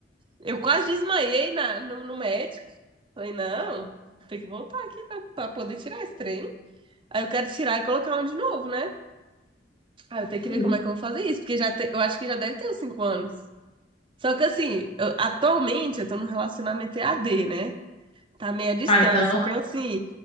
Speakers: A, on the right (about 30°); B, on the left (about 30°).
A: Eu quase desmaiei na, no, no médico. Falei, não, tem que voltar aqui pra, pra poder tirar esse trem. Aí eu quero tirar e colocar um de novo, né? Aí eu tenho que
B: Uhum.
A: ver como é que eu vou fazer isso, porque já te- eu acho que já deve ter uns cinco anos. Só que assim, eu- atualmente eu tô num relacionamento EAD, né? Tá meio à distância.
B: Ah, então,
A: Então, assim,